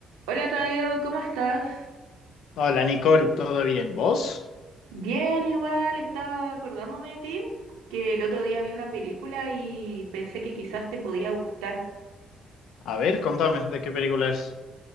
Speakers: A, on the right; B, on the left.
A: Hola Tadeo, ¿cómo estás?
B: Hola Nicole, ¿todo bien? ¿Vos?
A: Bien, igual, estaba acordándome de ti, que el otro día vi una película y pensé que quizás te podía gustar.
B: A ver, contame, ¿de qué película es?